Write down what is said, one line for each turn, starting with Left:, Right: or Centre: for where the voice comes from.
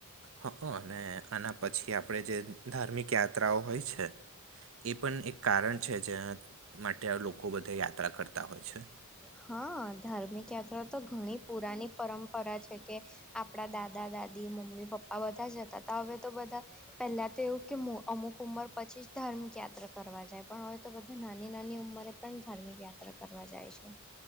Right: હઅ અને આના પછી આપડે જે ધાર્મિક યાત્રાઓ હોય છે એ પણ એક કારણ છે જેના માટે લોકો બધે યાત્રા કરતા હોય છે
Centre: હા ધાર્મિક યાત્રા તો ઘણી પુરાની પરંપરા છે કે આપડા દાદા દાદી મમ્મી પપ્પા બધા જ જતાતા હવે તો બધા પહેલા તો એવું કે અમુક ઉંમર પછી જ ધાર્મિક યાત્રા કરવા જાય પણ હવે તો બધા નાની નાની ઉંમરે પણ ધાર્મિક યાત્રા કરવા જાય છે એ